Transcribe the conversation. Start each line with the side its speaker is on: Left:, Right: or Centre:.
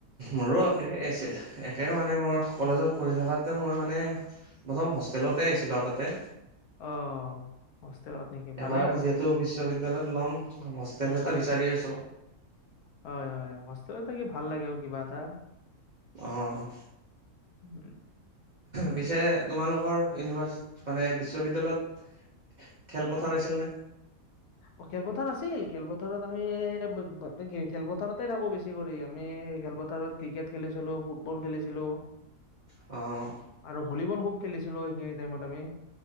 Right: মোৰো একে আছিল একে মানে মোৰ কলেজত পঢ়ি থকাতেও মই মানে প্ৰথম হোষ্টেলতে আছিলোঁ আগতে।
Left: অ'। হোষ্টেলত নেকি ভালেই
Right: এবাৰ
Left: হোষ্টেলত
Right: যিহেতু বিশ্ববিদ্যালয়ত ল'ম হোষ্টেল
Left: উম
Right: এটা
Left: উম।
Right: বিচাৰি আছোঁ।
Left: হয় হয় হোষ্টেল থাকি ভাল লাগে অ' কিবা এটা।
Right: অ'।
Left: <unintelligible>
Right: পিছে তোমালোকৰ <unintelligible> মানে বিশ্ববিদ্যালয়ত খেল পথাৰ আছিল নে?
Left: অ' খেলপথাৰ আছিল খেলপথাৰত আমি <unintelligible> খেলপথাৰত <unintelligible> থাকোঁ বেছি কৰি আমি খেলপথাৰত ক্ৰিকেট খেলিছিলোঁ ফুটবল খেলিছিলোঁ।
Right: অ'।
Left: আৰু হলীবল খুব খেলিছিলোঁ সেইখিনি টাইমত আমি।